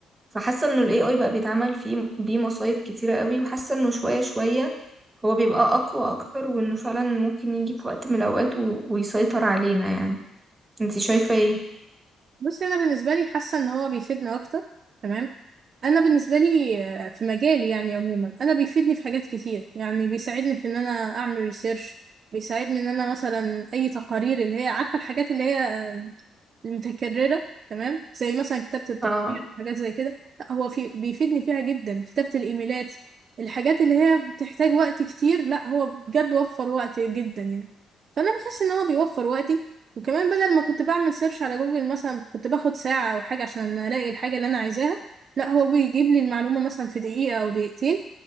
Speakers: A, on the right; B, on the right.
A: فحاسه انه الاي اي بقى بيتعمل فيه بيه مصايب كتيره قوي وحاسه انه شويه شويه هو بيبقى اقوى اكتر وانه فعلا ممكن يجي في وقت من الاوقات و... ويسيطر علينا يعني انتي شايفه ايه
B: بصي أنا بالنسبة لي حاسة ان هو بيفيدنا أكتر تمام أنا بالنسبة لي آه، في مجالي يعني عموما أنا بيفيدني في حاجات كتير يعني بيساعدني في ان أنا أعمل ريسيرش بيساعدني ان انا مثلا اي تقارير اللي هي عارفه الحاجات اللي هي متكررة تمام زي مثلا كتابة التقرير
A: اه
B: حاجات زي كده لا هو في بيفيدني فيها جدا كتابة الإيميلات الحاجات اللي هي بتحتاج وقت كتير لا هو بجد وفر وقت جدا يعني فأنا بحس إن هو بيوفر وقتي وكمان بدل ما كنت بعمل سيرش على جوجل مثلا كنت باخد ساعة أو حاجة عشان ألاقي الحاجة اللي أنا عايزاها لا هو بيجيب لي المعلومة مثلا في دقيقة أو دقيقتين